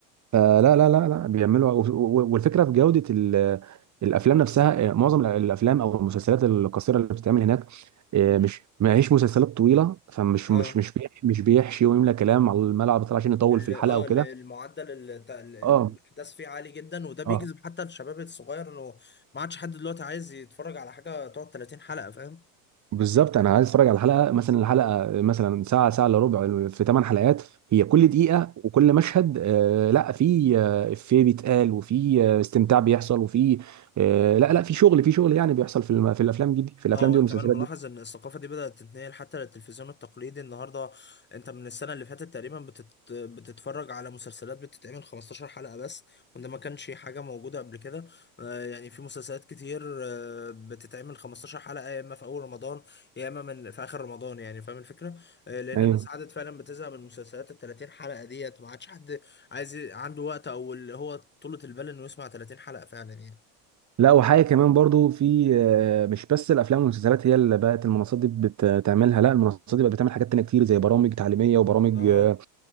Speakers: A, on the right (about 35°); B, on the left (about 25°).
A: فلا لا لا لا بيعملوا و- و- والفكره في جوده ال- الافلام نفسها آه، معظم الافلام او المسلسلات القصيره اللي بتتعمل هناك آه،
B: مم.
A: مش ما هيش مسلسلات طويله فمش
B: اه
A: مش مش بيح- مش بيحشي ويملى كلام على الملعب بتاع عشان يطول
B: ال-
A: في الحلقه
B: اه
A: وكده
B: ال- المعدل ال- ت- ال- ال-
A: اه
B: الاحداث فيه عالي جدا وده بيجذب
A: اه
B: حتى الشباب الصغير انه ما عادش حد دلوقتي عايز يتفرج على حاجه تقعد 30 حلقه فاهم
A: بالظبط انا عايز اتفرج على حلقه مثلا الحلقه مثلا ساعه ساعه الا ربع في ثمان حلقات هي كل دقيقه وكل مشهد آه لا في آه، افيه بيتقال وفي آه، استمتاع بيحصل وفي آه لا لا في شغل في شغل يعني بيحصل في الم- في الافلام دي دي- في الافلام
B: اه وانا
A: دي والمسلسلات
B: كمان ملاحظ
A: دي
B: ان الثقافه دي بدات تتنقل حتى للتلفزيون التقليدي النهارده انت من السنه اللي فاتت تقريبا بتت... بتتفرج على مسلسلات بتتعمل 15 حلقه بس وده ما كانش حاجه موجوده قبل كده آه، يعني في مسلسلات كتير آه، بتتعمل 15 حلقه يا اما في اول رمضان يا اما من في اخر رمضان يعني فاهم الفكره آه، لان
A: ايوه
B: الناس عادت فعلا بتزهق من مسلسلات ال 30 حلقه ديت ما عادش حد عايز ي- عنده وقت او اللي هو طولة البال انه يسمع 30 حلقه فعلا يعني
A: لا وحاجه كمان برضو في آه، مش بس الافلام والمسلسلات هي اللي بقت المنصات دي بتعملها لا المنصات دي بقت بتعمل حاجات تانية كتير زي برامج تعليميه وبرامج
B: اه
A: آه،